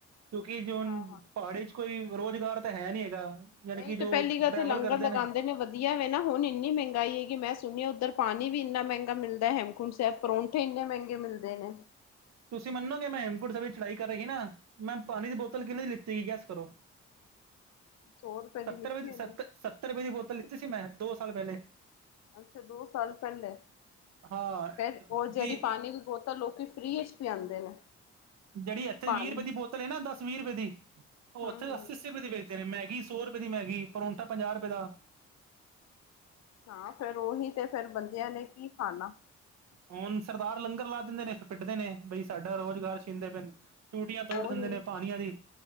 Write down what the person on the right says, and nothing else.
ਕਿਉਂਕਿ ਜ ਹੁਣ
ਪਹਾੜੀ ਚ ਕੋਈ ਰੁਜ਼ਗਾਰ ਤਾਂ ਹੈ ਨੀ ਹੈਗਾ। ਜਾਣੀ
ਕਿ ਜੋ
ਟਰੈਵਲ
ਕਰਦੇ
ਨੇ।
ਤੁਸੀਂ ਮੰਨੋਗੇ ਮੈਂ ਹੇਮਕੁੰਡ ਸੇ ਵਿੱਚ ਚੜ੍ਹਾਈ ਕਰ ਰੇਹਾ ਹੀ ਨਾ ਮੈਂ ਪਾਣੀ ਦੀ
ਬੋਤਲ ਕਿਹਨੇ ਦੀ ਲੀ। ਤੀ ਗੈੱਸ ਕਰੋ
ਸੱਤਰ
ਵਿੱਚ
ਸਤ ਸ ਸੱਤਰ ਰੁਪਏ ਦੀ ਬੋਤਲ ਲੀਤੀ ਸੀ ਮੈਂ ਦੋ ਸਾਲ ਪਹਿਲੇ।
ਹਾਂ
ਅੱਧੀ
ਜਿਹੜੀ ਇੱਥੇ
ਵੀਹ ਰੁਪਏ ਦੀ ਬੋਤਲ ਏ ਨਾ ਦਸ ਵੀਹ ਰੁਪਏ ਦੀ ਉਹ
ਉੱਥੇ
ਅੱਸੀ ਅੱਸੀ ਰੁਪਏ ਦੀ ਵੇ। ਤੇ ਮੈਗੀ ਸੌ ਰੁਪਏ ਦੀ ਮੈਗੀ ਪਰੌਂਠਾ ਪੰਜਾਹ ਰੁਪਏ ਦਾ।
ਹੁਣ ਸਰਦਾਰ ਲੰਗਰ ਲਾ ਦਿੰਦੇ ਨੇ ਫਿਰ ਪਿੱਟਦੇ ਨੇ ਬਈ ਸਾਡਾ ਰੁਜ਼ਗਾਰ ਛੀਂਦੇ ਪੈਂਦ ਟੂਟੀਆਂ ਤੋੜ
ਦਿੰਦੇ ਨੇ ਪਾਣੀਆਂ ਦੀ,